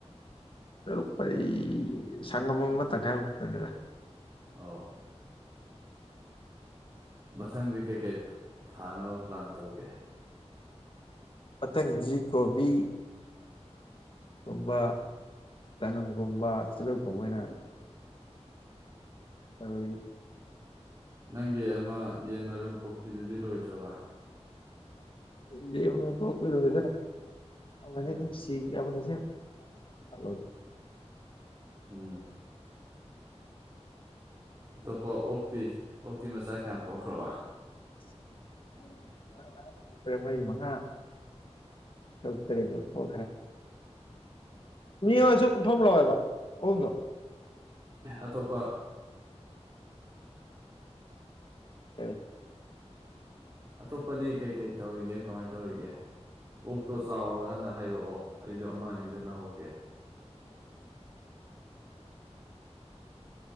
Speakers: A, on the left (about 50°); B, on the right (about 30°).
A: ꯂꯧ ꯄꯔꯤ ꯁꯪꯒꯝ ꯑꯃ ꯇꯪꯈꯥꯏꯃꯨꯛꯇꯅꯤꯗ
B: ꯑꯣ ꯃꯊꯪꯗꯤ ꯀꯩꯀꯩ ꯊꯥꯅꯕ ꯄ꯭ꯂꯥꯟ ꯇꯧꯒꯦ
A: ꯃꯊꯪꯖꯤ ꯀꯣꯕꯤ ꯒꯨꯝꯕ ꯆꯥꯅꯝꯒꯨꯝꯕ ꯇꯤꯜꯂꯧꯒꯨꯝꯕ ꯑꯣꯏꯅ ꯇꯧꯔꯤ
B: ꯅꯪꯒꯤ ꯑꯃ ꯌꯦꯟ ꯃꯔꯨꯝ ꯀꯣꯛꯄꯤꯗꯨꯗꯤ ꯂꯣꯏꯗ꯭ꯔꯥꯕ
A: ꯌꯦꯟ ꯃꯔꯨꯝ ꯀꯣꯛꯄꯤ <unintelligible> ꯑꯃꯥꯅꯤ ꯑꯗꯨꯝ ꯁꯤꯈ꯭ꯔꯥꯕꯅꯦ <unintelligible>
B: ꯎꯝ ꯑꯇꯣꯞꯄ ꯑꯣꯛꯇꯤ ꯑꯣꯛꯇꯤ ꯃꯆꯥ ꯀꯌꯥꯝ ꯄꯣꯛꯈ꯭ꯔꯥꯕ
A: <unintelligible> ꯃꯔꯤ ꯃꯉꯥ ꯇꯔꯨꯛ ꯇꯥꯔꯦꯠ ꯃꯨꯛ ꯄꯣꯛꯈ꯭ꯔꯦ ꯃꯤ
B: ꯎꯝ
A: ꯑꯃ ꯁꯨꯝ ꯐꯝꯃꯨ ꯂꯥꯎ ꯍꯥꯏꯕ ꯑꯍꯨꯝꯗꯣ
B: ꯑꯇꯣꯞꯄ
A: <inaudible>
B: ꯑꯇꯣꯞꯄꯗꯤ ꯀꯩ ꯀꯩ ꯇꯧꯔꯤꯒꯦ ꯀꯃꯥꯏ ꯇꯧꯔꯤꯒꯦ ꯑꯣꯛꯇꯣ ꯆꯥꯎꯔꯥꯀꯥꯟꯗ ꯍꯥꯏꯔꯛꯑꯣ ꯑꯩꯁꯨ ꯑꯃ ꯑꯅꯤꯗ ꯂꯧꯍꯧꯒꯦ
A: <inaudible>